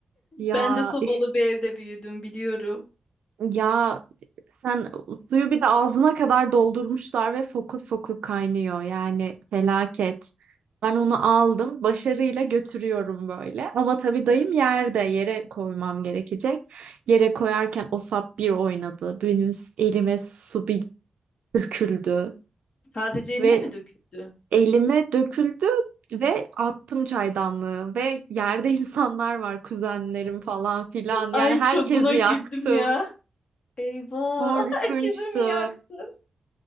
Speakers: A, on the right; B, on the left.
A: Ya
B: Ben de sobalı
A: iş
B: bir evde büyüdüm biliyorum.
A: ya Sen suyu bir de ağzına kadar doldurmuşlar ve fokur fokur kaynıyor. Yani felaket. Ben onu aldım, başarıyla götürüyorum böyle. Ama tabii dayım yerde, yere koymam gerekecek. Yere koyarken o sap bir oynadı. Benim elime su bir döküldü
B: Sadece eline
A: ve
B: mi döküldü?
A: elime döküldü ve attım çaydanlığı ve yerde <laughs> insanlar var, kuzenlerim falan filan.
B: Ay
A: Yani herkesi
B: çok buna
A: yaktım.
B: güldüm ya. Eyvah,
A: Korkunçtu.
B: <laughs> herkesi mi yaktın?